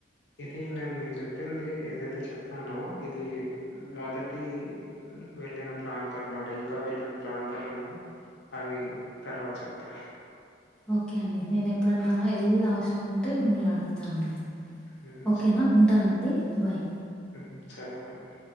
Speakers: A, on the left; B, in the centre.
A: ఇది నేను మీక్ జెప్పింది ఏదైతే చెప్పానో ఇది మొదటి వెళ్ళిన ప్రాంతం మాట ఇంకా వెళ్ళిన ప్రాంతాలన్నీ అవి తర్వాత చెప్తా
B: ఓకే అండి నేను ఎప్పుడన్నా ఎళ్ళేది అవసరం ఉంటే మిమ్మల్ని అడుగుతానండి
A: హ్మ్.
B: ఓకేనా ఉంటానండి బాయ్
A: ఉమ్ సరేనండి